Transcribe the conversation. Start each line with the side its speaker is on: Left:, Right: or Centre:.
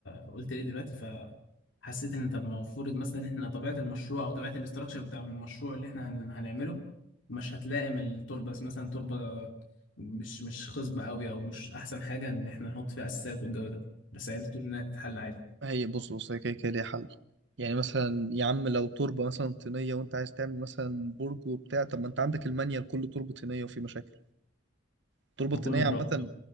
Left: قلت لي دلوقتي فحسيت إن طب ما المفروض مثلا إن إحنا طبيعة المشروع أو طبيعة الاستراكشر بتاع المشروع اللي إحنا هن- هنعمله مش هتلائم التربة بس مثلا تربة مش مش خصبة أوي أو مش أحسن حاجة إن إحنا نحط فيها أساسات والجو ده بس يعني أنت تقول إنها تتحل عادي
Right: هي بص بص هي كده كده ليها حل يعني مثلا يا عم لو تربة مثلا طينية وانت عايز تعمل مثلا برج وبتاع طب ما انت عندك المانيال كله تربة طينية وفي مشاكل التربة
Left: وكله
Right: الطينية
Left: برافو
Right: عامة